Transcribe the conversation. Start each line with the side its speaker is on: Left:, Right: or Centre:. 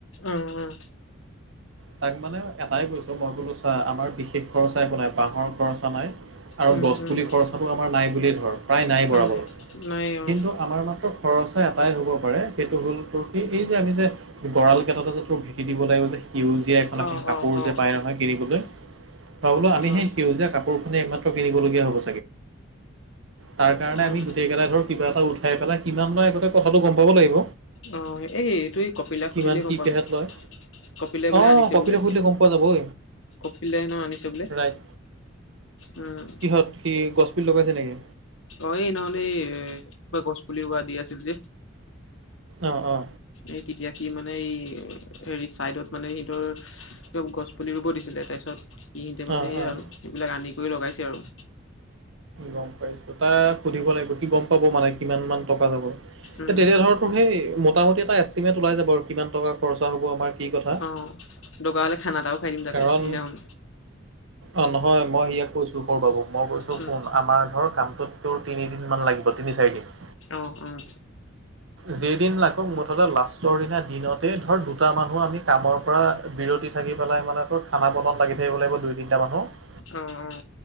Left: উম উম
Right: তাক মানে এটাই কৈছো মই বোলো চা আমাৰ বিশেষ খৰচা একো নাই বাঁহৰ খৰচা নাই আৰু
Left: উম
Right: গছ
Left: উম
Right: পুলি খৰচাটো আমাৰ নাই বুলিয়েই ধৰক প্ৰায় নাই বৰাবৰ
Left: উম নাই অ
Right: কিন্তু আমাৰ মাত্ৰ খৰচ এটাই হ'ব পাৰে সেইটো হ'ল তোৰ সেই এই যে আমি যে গঁৰাল কেইটাতে যে তোৰ ভেটি দিব লাগিব যে সেউজীয়া এখন এখন
Left: অ
Right: কাপোৰ
Left: অ অ
Right: যে পাই নহয় কিনিবলৈ ভই বোলো আমি
Left: অ
Right: সেই সেউজীয়া কাপোৰখনেি এক- হ তাৰ কাৰণে
Left: উম
Right: আমি গোটেইাই ধৰ কিবা এটা- খাই পেলাই কিমান মই আগতে কথাটো গম পাব লাগিব।
Left: অ এইটো কপিলাক
Right: কিমান
Left: সুধিলেই গম
Right: কি
Left: পাম।
Right: কেহেত লয়
Left: কপিলাই বোলে
Right: অ'
Left: আনিছে
Right: কপিতক
Left: বোলে
Right: সুধিলে গম পোৱা যাব ঐ
Left: কপিললাই হেনো আনিছে বোলে-
Right: ৰাইট।
Left: উম।
Right: কিহত সি গছপুলি লগাইছে নেকি?
Left: অ সেইদিনাসনি এ কিবা গছ পুলি ৰোৱা দি আছিল যে।
Right: অ অ
Left: এই তেতিয়া কি মানে এই হেৰি চাইদত মানে সিহঁৰ গছ পুলি ৰুব দিছিলে। তাইছত কিহিতে মানে
Right: অ'
Left: সয়া
Right: অ'।
Left: আৰু সেইবিলাক আনি কৰি লগাইছে আৰু।
Right: গম পাইছো তাক সুধিব লাগিব কি গম পাব মানে কিমান মান টকা যাব।
Left: উম
Right: তেতিয়া ধৰো সেই মোটামুটি এটা এষ্টিমেট ওলাই যাব আৰু কিমান টকা খৰচা হব আমাৰ। কি কথা।
Left: অ দকাৰ হলে খানা এটাও খাই দিম তাতে
Right: কাৰণ
Left: সিদিখনখন।
Right: অ নহয় মই ইয়াক কৈছো সৰু বাবুক মই কৈছো
Left: উম
Right: শুন আমাৰ ধৰ কাম তোৰ তিনিদিন মান লাগিব তিনি চাৰি দিন।
Left: অহ উম।
Right: যেইদিন লাগক মুঠতে লাষ্টৰ দিনা দিনতে ধৰ দুটা মানুহ আমি কামৰ পৰা বিৰ থাকি পেলাই মানে ত খানা বনত লাগি থাকিব লাগিব দুই তিনিটা মানুহ।
Left: উম উম।